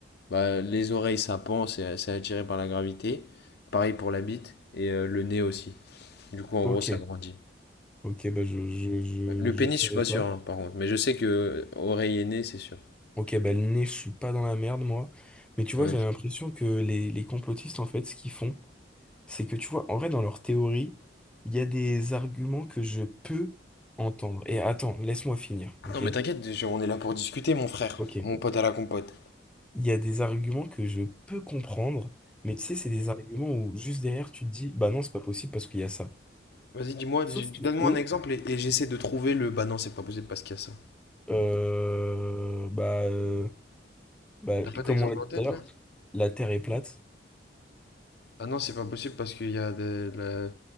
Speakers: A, on the left; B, in the centre.
A: bah, les oreilles ça pend, c'est c'est attiré par la gravité. Pareil pour la bite et euh, le nez aussi. Du coup, en
B: Ok,
A: gros, ça grandit.
B: ok, bah, je, je, je,
A: Ouais. Le
B: je
A: pénis,
B: savais
A: je suis pas
B: pas.
A: sûr hein, par contre, mais je sais que euh, oreille et nez, c'est sûr.
B: Ok, bah le nez, je suis pas dans la merde, moi. Mais tu vois,
A: Ouais.
B: j'ai l'impression que les, les complotistes, en fait, ce qu'ils font, c'est que tu vois, en vrai, dans leur théorie, il y a des arguments que je peux entendre. Et attends, laisse-moi finir, ok?
A: Non, mais t'inquiète, on est là pour discuter, mon frère.
B: Ok.
A: Mon pote à la compote.
B: Il y a des arguments que je peux comprendre, mais tu sais, c'est des arguments où juste derrière, tu te dis, bah non, c'est pas possible parce qu'il y a ça.
A: Vas-y, dis-moi, dis-
B: Sauf
A: moi
B: que
A: donne moi
B: eux,
A: un exemple et, et j'essaie de trouver le. Bah non, c'est pas possible parce qu'il y a ça.
B: euh, bah, euh, bah,
A: T'as pas d'exemple
B: comme on l'a dit
A: en tête
B: tout à l'heure,
A: là?
B: la Terre est plate.
A: Ah non, c'est pas possible parce qu'il y a de- la,